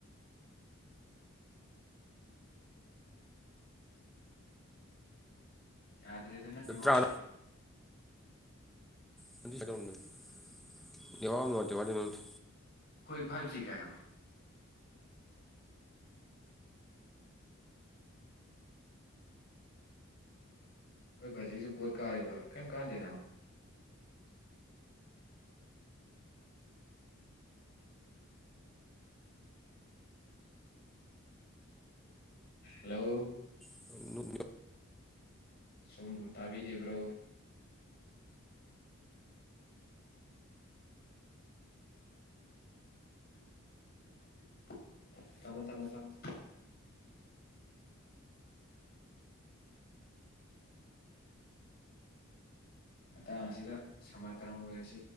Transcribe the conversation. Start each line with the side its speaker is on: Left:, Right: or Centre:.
Left: ꯌꯥꯗ꯭ꯔꯦꯗ ꯅꯪ ꯅꯦꯠꯋꯥꯛꯇꯣ
Centre: ꯇꯔꯥ <unintelligible> ꯅꯦꯠꯋꯥꯛ ꯅꯨꯡꯉꯥꯢꯇꯦ ꯀꯃꯥꯢ ꯇꯧꯔꯤꯅꯣ ꯈꯪꯗꯦ
Left: ꯑꯩꯈꯣꯏ ꯐꯥꯏꯚ ꯖꯤ ꯀꯥꯏ ꯍꯥꯏꯕ ꯅꯣꯏ ꯕꯥꯖꯤꯁꯨ ꯕꯣꯠ ꯀꯥꯔꯤꯕ ꯀꯩꯝ ꯀꯥꯟꯗꯦ ꯅꯕꯥ ꯍꯜꯂꯣ
Centre: <unintelligible>
Left: ꯁꯣꯝꯕꯨ ꯇꯥꯕꯤꯔꯤꯕ꯭ꯔꯣ <inaudible> ꯊꯃꯣ ꯊꯃꯣ ꯊꯃꯣ ꯃꯇꯥꯡ ꯑꯁꯤꯗ ꯁꯃꯥꯇꯔꯪ ꯑꯣꯏꯔꯁꯤ